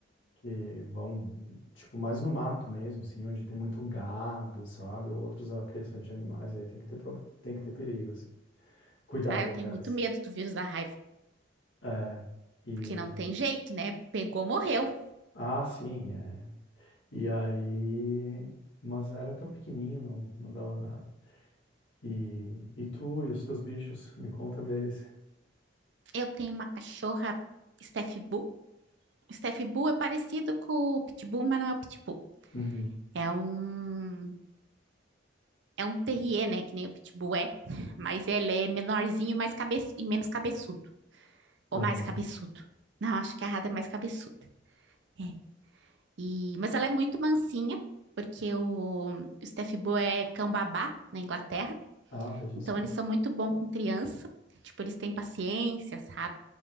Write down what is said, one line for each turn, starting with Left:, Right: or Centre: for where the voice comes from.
Left: que vão, tipo, mais no mato mesmo, assim, onde tem muito gado, sabe? Ou outros criações de animais. Aí tem que ter, prob- tem que ter perigo, assim. Cuidado,
Right: Ah, eu
Left: aliás.
Right: tenho muito medo do vírus da raiva,
Left: É. E...
Right: porque não tem jeito, né? Pegou, morreu.
Left: Ah, sim, é. E aí... Mas era tão pequenininho, não, não dava nada. E, e tu e os teus bichos, me conta deles.
Right: Eu tenho uma cachorra Steph Bull. Steph Bull é parecido com o Pitbull, mas não é o Pitbull.
Left: Uhum.
Right: É um, é um terrier, né? Que nem o Pitbull é, <laughs> mas ele é menorzinho, mais cabe... e menos cabeçudo. Ou
Left: Aham.
Right: mais cabeçudo. Não, acho que a Rada é mais cabeçuda. É. E... Mas ela é muito mansinha, porque o, o Steph Bull é cão babá na Inglaterra.
Left: Ah, veja
Right: Então,
Left: só.
Right: eles são muito bons com criança. Tipo, eles têm paciência, sabe?